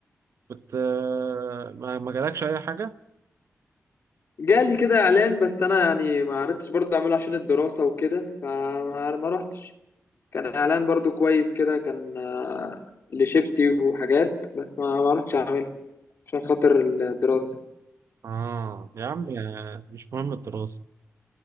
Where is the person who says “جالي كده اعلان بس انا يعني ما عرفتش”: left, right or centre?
Left